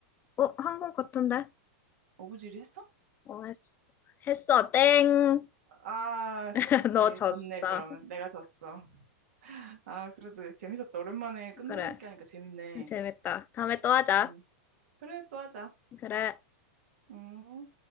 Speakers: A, on the left (about 25°); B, on the right (about 70°).
A: 어, 한국 같은데?
B: 어부지리 했어?
A: 어, 했어. 했어, 땡.
B: 아,
A: <laughs>
B: 오케이.
A: 너 졌어.
B: 졌네, 그러면. 내가 졌어. 아, 그래도 재밌었다. 오랜만에 끝날
A: 그래.
B: 얘기하니까 재밌네.
A: 재밌다. 다음에 또 하자.
B: 음. 그래, 또 하자.
A: 그래.
B: 음.